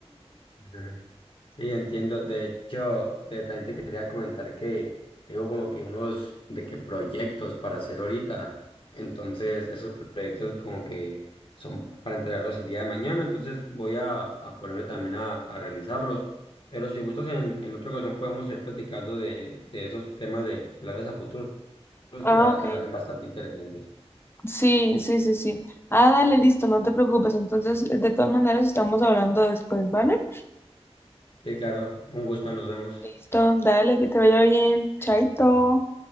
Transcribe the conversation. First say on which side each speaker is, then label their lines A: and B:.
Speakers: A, on the left; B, on the left.
A: Ujú. Sí, entiendo. De hecho, de- también te quería comentar que tengo como que unos de que proyectos para hacer ahorita. Entonces, esos proyectos como que son para entregarlos el día de mañana. Entonces, voy a, a ponerme también a, a realizarlos. Pero si gustas, en, en otra ocasión podemos ir platicando de, de esos temas de planes a futuro
B: Ah,
A: que la verdad
B: ok.
A: se me hacen bastante interesantes.
B: Sí, sí, sí, sí. Ah, dale, listo, no te preocupes. Entonces, de todas maneras, estamos hablando después, ¿vale?
A: Sí, claro. Un gusto. Nos vemos.
B: Listo, dale, que te vaya bien. Chaito.